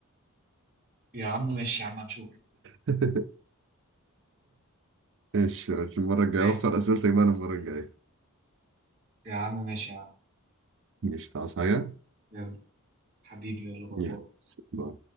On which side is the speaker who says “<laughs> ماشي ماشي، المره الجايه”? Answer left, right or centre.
Right